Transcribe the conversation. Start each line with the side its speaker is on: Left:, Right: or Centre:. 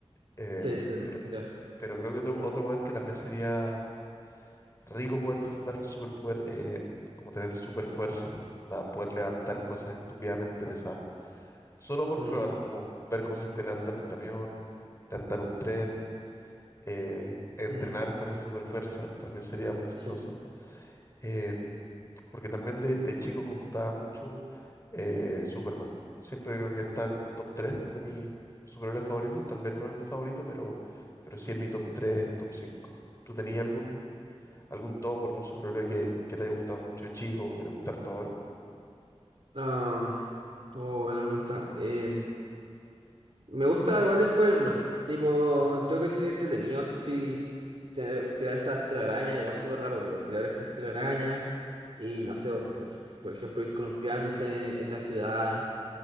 Left: Eh,
Right: Sí, entiendo,
Left: pero,
Right: ya.
Left: pero creo que otro, otro poder que también sería rico poder disfrutar un superpoder, eh, como tener super fuerza, onda, poder levantar cosas estúpidamente pesadas. Solo por
Right: Mm,
Left: probar, como ver cómo se siente levantar un camión, levantar un tren, eh, entrenar
Right: mm,
Left: con esa super fuerza, también sería muy chistoso.
Right: sí.
Left: Em, Porque también de, de chico me gustaba mucho eh, Superman. Siempre creo que está en top 3 de mis superhéroes favoritos. Tal vez no el favorito, pero, pero sí es mi top tres top cinco ¿Tú tenías algún, algún top o algún superhéroe que, que te haya gustado mucho de chico o que te gusta harto ahora?
Right: Ah, oh, buena pregunta. Eh, Me gusta igual Spider-Man. Tipo, creo que sería entretenido si tener- tirar estas telarañas, igual súper raro, pero tirar estas telarañas y no sé, vos, por, por ejemplo, ir columpiándose en la ciudad,